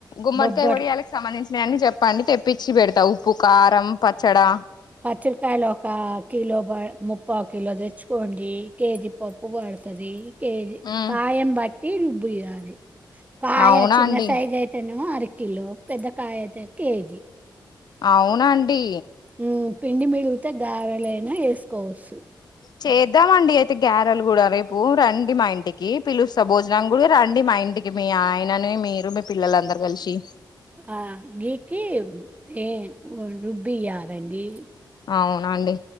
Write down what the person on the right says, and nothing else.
బొబ్బట్లు
పచ్చిమిరపకాయలు ఒకా కిలో బాయ్ ముప్పావు కిలో తెచ్చుకోండి. కేజీ పప్పు పడుతది కేజీ
కాయన్ బట్ట్ టీ రుబ్బియాలి కాయా
చిన్న
సైజ్ అయితేనేమో అరక్ కిలో పెద్దకాయ అయితే కేజీ
హ్మూ పిండి మిగులుతే గ్యారలైనా ఏసుకోవచ్
ఆ గీకి ఏ రుబ్బియారండీ